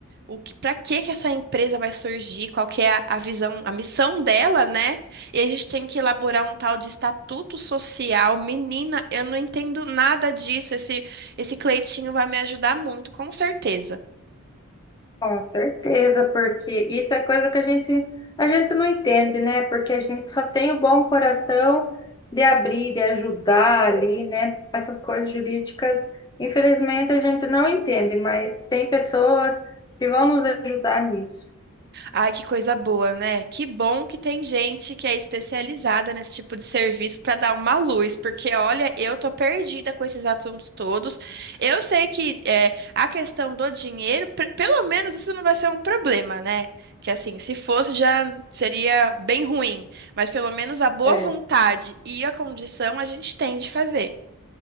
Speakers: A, on the right (about 45°); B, on the left (about 20°).
A: o que, para que que essa empresa vai surgir, qual que é a, a visão, a missão dela, né? E a gente tem que elaborar um tal de estatuto social. Menina, eu não entendo nada disso. Esse, esse Cleitinho vai me ajudar muito, com certeza.
B: Com certeza, porque isso é coisa que a gente, a gente não entende, né? Porque a gente só tem o bom coração de abrir, de ajudar ali, né? Essas coisas jurídicas, infelizmente a gente não entende, mas tem pessoas que vão nos ajudar nisso.
A: Ai, que coisa boa, né? Que bom que tem gente que é especializada nesse tipo de serviço para dar uma luz, porque olha, eu tô perdida com esses assuntos todos. Eu sei que é, a questão do dinheiro, pe- pelo menos isso não vai ser um problema, né? Que assim, se fosse já seria bem ruim, mas pelo menos a boa
B: É,
A: vontade e a condição a gente tem de fazer.